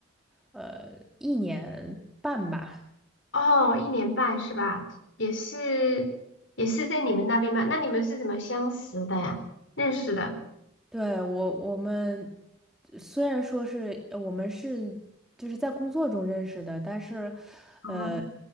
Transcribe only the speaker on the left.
哦，一年半是吧？也是，也是在你们那边吗？那你们是怎么相识的呀？认识的？
哦，